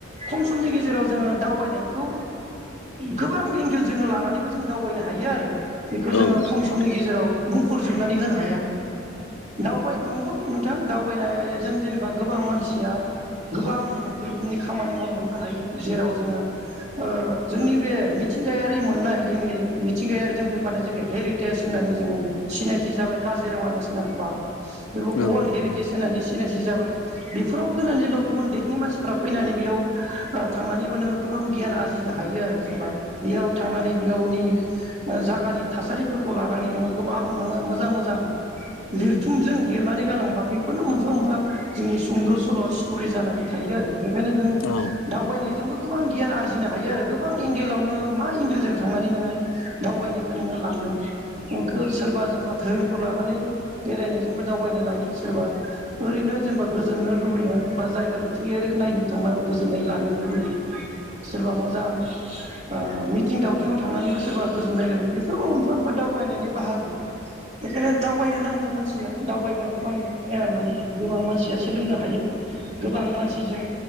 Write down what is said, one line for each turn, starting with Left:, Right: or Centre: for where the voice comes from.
Right: खम समनि गेजेराव जोङो दावबायनायखौ गोबां एंगेल जोङो लानानैबो जों दावबायनो हायो आरो। बेखौ जोङो
Left: औ नंगौ
Right: खम समनि
Left: नोंथां
Right: गेजेराव बुंफोरजोबनानै होनो हाया। दाउबाय नंगौ नों थां दावबायनायजों जेनेबा गोबां मानसिया गोबां रोखोमनि खामानि मावलांनो हायो जेराव जोङो ओ जोंनि बे मिथिंगायारि मोननाय जोंनि मिथिंगायारिजों फैफानाय जेखि हेरिटेज होननानै जोङो सिनायथि जाबाय काजिरङा नेसनेल पार्क बे
Left: औ
Right: अल्ड हेरिटेज
Left: नंगौ
Right: होननानै सिनाय थि जाबाय बेफोराव फैनानै बा गुबुन देखनि मानसिफ्रा फैनानै बेयाव थांनानैबो नोङो गोबां गियान आरजिनो हा हायो आरो जेनेबा बेयाव थांनानै बेयावनि ओ जागानि थासारिफोरखौ ला नानै गोबां नोङो मोजां मोजां लिरथुमजों लिरनानै गालांबा बेखौनो मोफा मोफा जोंनि सुंद' सल' स्टरि जानानै थायो आरो। बेखायनो नों
Left: औ
Right: दावबायनायजोंबो गोबां गियान आर जिनो हायो आरो गोबां एंगेलावनो मा एंगेलजों थांनानै नोंङो दावबायनायखौ नोंङो लांनो सोरबा जेनेबा धोरोमखौ लानानै बेरायनायजोंबो दावबायनाय लायो सोरबा ओरैनो जेनेबा गोजोननो लुबैनो बा जायगा मिथिंगायाया खौ नायनोबो थां गोजोननाय लानो लुबैयो सोरबा मोजां ओ मिथिं दावथिंआव थांनानैबो सोरबा गोजोननाय लायो बेफोरबो अनफफ दावबायनायनि बाहागो बेखायनो दावबायनो नांगौ मानसिया दावबायबा गोबां माने गोबां मानसिया सोलोंनो हायो गोबां मानसिजों